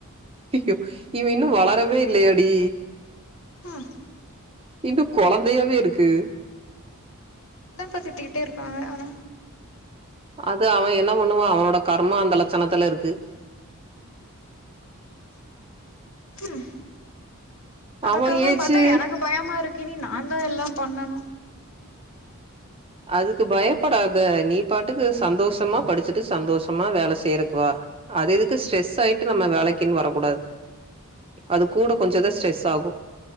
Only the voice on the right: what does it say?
எப் இவ இன்னு வளரவே இல்லையாடி
இன்னு கொழந்தையாவே இருக்கு
அது அவ என்ன பண்ணுவா அவனோட கர்மா அந்த லட்சணத்துல இருக்கு
ஆமா ஏஜு
அதுக்கு பயப்படாத நீ பாட்டுக்கு சந்தோஷமா படுச்சுட்டு சந்தோஷமா வேல செய்யறக்கு வா அது இதுக்கு ஸ்ட்ரெஸ் ஆயிட்டு நம்ம வேலைக்குன் வரக்கூடாது அது கூட கொஞ்சதா ஸ்ட்ரெஸ் ஆகு